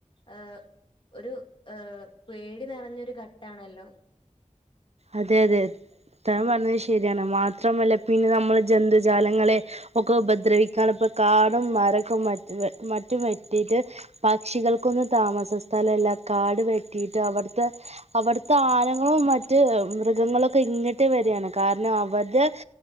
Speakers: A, on the left; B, on the right.
A: ഏഹ് ഒരു ഏഹ് പേടി നിറഞ്ഞൊരു ഘട്ടാണല്ലോ?
B: അതെ അതെ താൻ പറഞ്ഞത് ശരിയാണ് മാത്രമല്ല പിന്നെ നമ്മള് ജന്തുജാലങ്ങളെ ഒക്കെ ഉപദ്രവിക്കാണ് ഇപ്പൊ കാടും മരക്കെ മറ്റും വെട്ടിയിട്ട് പക്ഷികൾക്കൊന്നും താമസ സ്ഥലല്ല കാട് വെട്ടിയിട്ട് അവിടുത്തെ അവിടുത്തെ ആനകളും മറ്റ് മറ്റ് മൃഗങ്ങളൊക്കെ ഇങ്ങിട്ട് വരികയാണ് കാരണം അവരുടെ